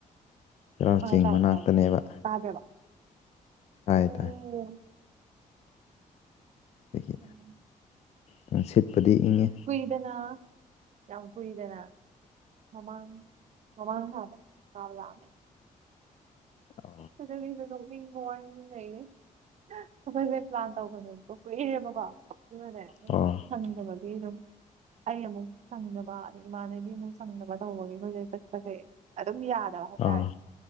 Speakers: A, on the left; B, on the right.
A: ꯆꯩꯔꯥꯎ
B: ꯑ
A: ꯆꯤꯡ
B: ꯇꯥꯏꯌꯦ
A: ꯃꯅꯥꯛꯇꯅꯦꯕ
B: ꯇꯥꯏꯌꯦ ꯇꯥꯒꯦꯔꯣ
A: ꯇꯥꯏ
B: ꯎꯝ
A: ꯇꯥꯏ ꯑꯗꯒꯤ
B: ꯎꯝ
A: ꯅꯨꯡꯁꯤꯠꯄꯨꯗꯤ ꯏꯪꯉꯦ
B: ꯀꯨꯏꯗꯅ ꯌꯥꯝ ꯀꯨꯏꯗꯅ ꯃꯃꯥꯡ ꯃꯃꯥꯡ ꯊꯥꯗ ꯆꯥꯕ ꯂꯥꯛꯑꯝꯃꯦ
A: ꯑ
B: ꯑꯗꯨꯒꯤꯖꯨ ꯅꯣꯛꯅꯤꯡꯕ ꯋꯥꯔꯤ ꯑꯃ ꯂꯩꯔꯦ ꯑꯩꯈꯣꯏꯖꯦ ꯀꯂ꯭ꯥꯁ ꯇꯧꯕꯅꯦꯕꯀꯣ ꯀꯨꯏꯔꯒꯦꯕꯀꯣ ꯑꯗꯨꯒꯅꯦ ꯑꯗꯨꯝ
A: ꯑꯣ
B: ꯁꯪꯗꯕꯒꯤ ꯑꯗꯨꯝ ꯑꯩ ꯑꯃꯨꯛ ꯁꯪꯅꯕ ꯑꯗꯩ ꯏꯃꯥꯟꯅꯕꯤ ꯑꯃꯨꯛ ꯁꯪꯅꯕ ꯇꯧꯕꯒꯤ ꯑꯩꯈꯣꯏꯁꯦ ꯆꯠꯄꯁꯦ ꯑꯗꯨꯝ ꯌꯥꯗꯕ ꯍꯥꯏꯇꯥꯔꯦ
A: ꯑꯣ